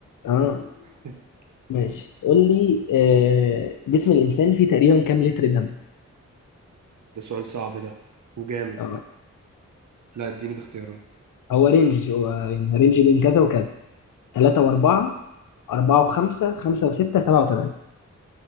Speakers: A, on the left; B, on the right.
A: اه
B: <laughs>
A: ماشي قول لي آه جسم الإنسان فيه تقريبا كام لتر دم
B: ده سؤال صعب ده وجامد
A: اه
B: لا اديني باختيارات
A: هو رينج هو يعني رينج بين كذا وكذا تلاتة وأربعة أربعة وخمسة خمسة وستة سبعة وتمانية